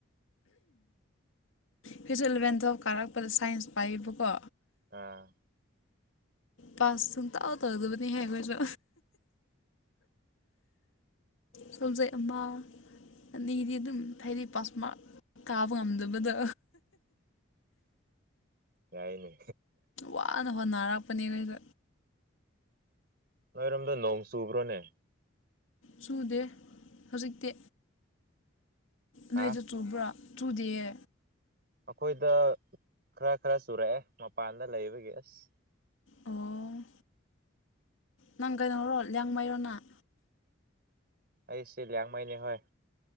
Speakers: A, on the left (about 75°); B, on the right (about 50°).
A: ꯐꯤꯖꯨꯂꯨꯔꯦꯟꯇꯣ ꯀꯥꯔꯛꯄꯗ ꯁꯥꯏꯟꯁ ꯄꯥꯏꯌꯦꯕꯀꯣ꯫
B: ꯑꯥ
A: ꯄꯥꯁ ꯁꯨꯡꯇꯧ ꯇꯧꯗꯕꯅꯤꯍꯦ ꯑꯩꯈꯣꯏꯁꯨ꯫ ꯁꯣꯟꯖꯩ ꯑꯃꯃꯥ ꯑꯅꯤꯗꯤ ꯑꯗꯨꯝ ꯍꯥꯏꯗꯤ ꯄꯥꯁꯃꯥꯛ ꯀꯥꯕ ꯉꯝꯗꯕꯗꯣ꯫
B: ꯌꯥꯏꯌꯦ
A: ꯋꯥꯅ ꯍꯣꯠꯅꯔꯛꯄꯅꯦ ꯑꯈꯣꯏꯁꯨ꯫
B: ꯅꯣꯏꯔꯣꯝꯗꯣ ꯅꯣꯡ ꯆꯨꯕ꯭ꯔꯣꯅꯦ꯫
A: ꯆꯨꯗꯦ ꯍꯧꯖꯤꯛꯇꯤ ꯅꯣꯏꯖꯨ
B: ꯍꯥ
A: ꯆꯨꯕ꯭ꯔꯣ ꯆꯨꯗꯤꯌꯦ
B: ꯑꯩꯈꯣꯏꯗ ꯈꯔ ꯈꯔ ꯆꯨꯔꯛꯑꯦ ꯃꯄꯥꯟꯗ ꯂꯩꯕꯒꯤ ꯑꯁ꯫
A: ꯑꯣ ꯅꯪ ꯀꯩꯅꯣꯔꯣ ꯂꯤꯌꯥꯡꯃꯩꯔꯣ ꯅꯪ꯫
B: ꯑꯩꯁꯦ ꯂꯤꯌꯥꯡꯃꯩꯅꯤ ꯍꯣꯏ꯫